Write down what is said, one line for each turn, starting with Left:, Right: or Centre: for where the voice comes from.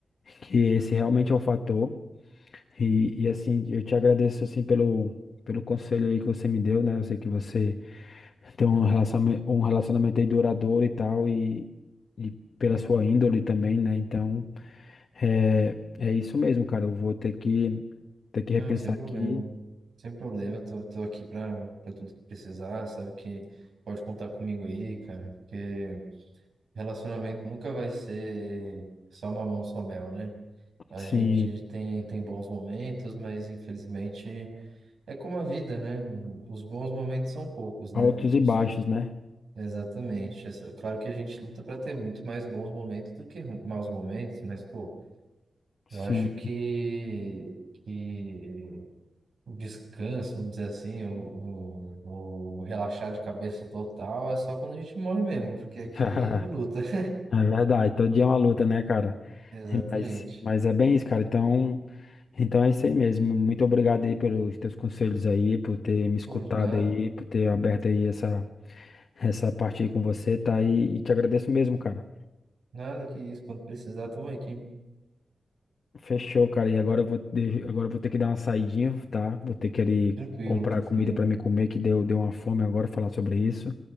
Left: que esse realmente é o fator. E, e assim, eu te agradeço assim pelo, pelo conselho aí que você me deu, né? Eu sei que você ter um relacionamento, um relacionamento aí duradouro e tal, e, e pela sua índole também, né? Então, é, é isso mesmo, cara. Eu vou ter que, ter que
Right: não,
Left: repensar
Right: sem problema.
Left: aqui,
Right: Sem problema, eu tô, tô aqui para para tudo que precisar, sabe que pode contar comigo aí, cara, porque Relacionamento nunca vai ser só mamão, só mel, né? A
Left: sim,
Right: gente tem, tem bons momentos, mas infelizmente é como a vida, né? Os bons momentos são poucos, né?
Left: altos
Right: Os...
Left: e baixos, né?
Right: Exatamente. Essa- Claro que a gente luta para ter muito mais bons momentos do que ru- maus momentos, mas, pô,
Left: Sim.
Right: eu acho que, que o descanso, vamos dizer assim, o, o, o relaxar de cabeça total é só quando a gente morre mesmo, porque aqui
Left: <laughs>
Right: é luta. <laughs>
Left: É verdade, todo dia é uma luta, né, cara?
Right: Exatamente.
Left: Mas, mas é bem isso, cara. Então, então é isso aí mesmo. Muito obrigado aí pelos teus conselhos aí, por ter me escutado
Right: Pô, de nada.
Left: aí, por ter aberto aí essa, essa parte aí com você, tá? E, e te agradeço mesmo, cara.
Right: Nada que isso. Quando precisar, tamo aqui.
Left: Fechou, cara. E agora eu vou, de- agora eu vou ter que dar uma saidinha, tá? Vou ter que ali
Right: Tranquilo,
Left: comprar
Right: tranquilo.
Left: comida pra me comer, que deu, deu uma fome agora falar sobre isso.